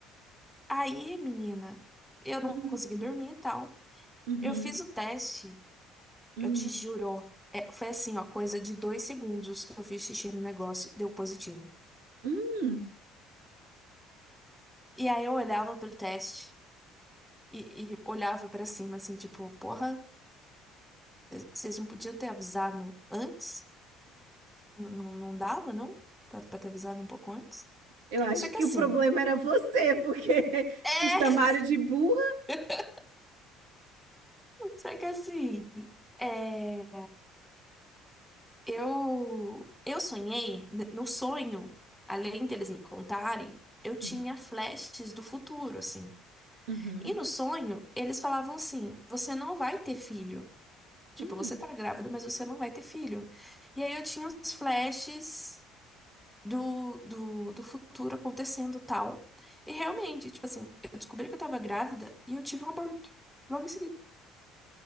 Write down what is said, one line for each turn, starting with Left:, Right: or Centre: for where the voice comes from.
Centre: Aí, menina, eu não
Right: Hum,
Centre: consegui dormir e tal.
Right: Uhum,
Centre: Eu fiz o teste,
Right: hum,
Centre: eu te juro. é, foi assim, ó, coisa de dois segundos que eu fiz xixi no negócio, deu positivo.
Right: hum.
Centre: E aí eu olhava pro teste e, e olhava pra cima, assim, tipo, porra. Vocês não podiam ter avisado antes? Não, não não dava, não? Pra, pra ter avisado um pouco antes?
Right: Eu acho
Centre: Só que
Right: que
Centre: assim.
Right: o problema era você, porque <laughs>
Centre: É!
Right: te chamaram de burra.
Centre: <laughs> Só que assim. É, eu, eu sonhei, n- no sonho, além deles me contarem, eu tinha
Right: Uhum,
Centre: flashes do futuro, assim.
Right: uhum,
Centre: E no sonho, eles falavam assim: você não vai ter filho. Tipo,
Right: hum.
Centre: você tá grávida, mas você não vai ter filho. E aí eu tinha uns flashes. do, do, do futuro acontecendo tal. E realmente, tipo assim, eu descobri que eu tava grávida e eu tive um aborto logo em seguida.